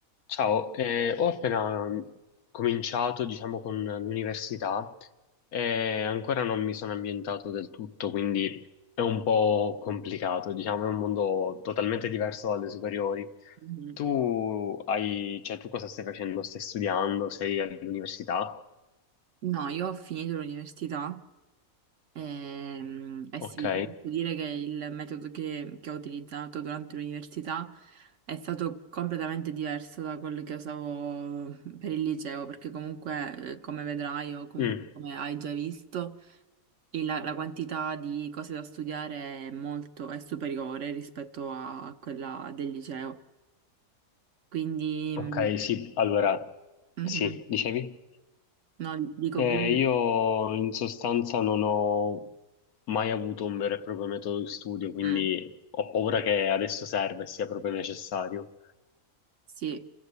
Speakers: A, on the left (about 80°); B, on the right (about 60°).
A: Ciao, eh, ho appena mm, cominciato, diciamo, con l'università e ancora non mi sono ambientato del tutto, quindi è un po' complicato, diciamo, è un mondo totalmente diverso dalle superiori.
B: Mhm.
A: Tu hai, cioè, tu cosa stai facendo? Stai studiando? Sei all'università?
B: No, io ho finito l'università ehm, e, eh sì,
A: Ok.
B: ti posso dire che il metodo che, che ho utilizzato durante l'università è stato completamente diverso da quello che usavo per il liceo, perché comunque, eh, come vedrai o comunque
A: Mm,
B: come hai già visto, il- la, la quantità di cose da studiare è molto, è superiore rispetto a quella del liceo. Quindi,
A: Ok,
B: mm,
A: sì, allora,
B: mhm.
A: sì, dicevi?
B: No, dico
A: Eh,
B: quindi...
A: io in sostanza non ho mai avuto un vero e proprio metodo di studio, quindi
B: mm.
A: ho paura che adesso serva e sia proprio necessario.
B: Sì,